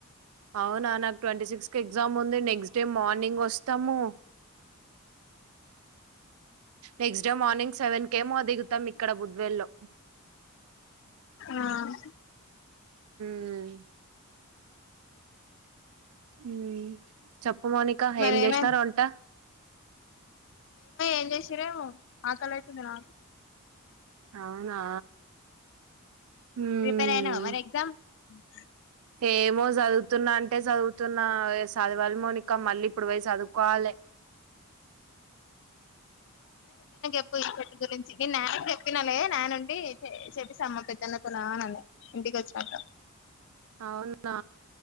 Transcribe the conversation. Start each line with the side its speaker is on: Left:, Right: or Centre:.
Right: అవునా నాకు ట్వంటీ సిక్స్ కి ఎగ్జామ్ ఉంది నెక్స్ట్ డే మార్నింగ్ వస్తాము. నెక్స్ట్ డే మార్నింగ్ సెవన్ కేమో దిగుతాము ఇక్ ఇక్కడ బుద్వేల్ లో
Left: ఆహ్
Right: ఉమ్ ఉమ్ చెప్పు మౌనిక
Left: మరేమే
Right: ఏం చేసినారు వంట
Left: ఏం ఏంచేసిండ్రో ఏమో ఆకలి అయితుంది నాకు
Right: అవునా ఉమ్
Left: ప్రిపేర్ అయినావ మరి ఎగ్జామ్ ఉ
Right: ఏమో చదువుతున్నా అంటే చదువుతున్నా ఇగ సదవాల మౌనిక మళ్ళీ ఇప్పుడు పోయ్ సదువుకోవాలె
Left: ఇపో ఇప్పటి గురించి నేను నాయనికి చెప్పినాలే, నాన్న ఉండి చెపిస్తా అమ్మ పెద్దన్నతోన అని అన్నాడు, ఇంటికి వచ్చాక.
Right: అవునా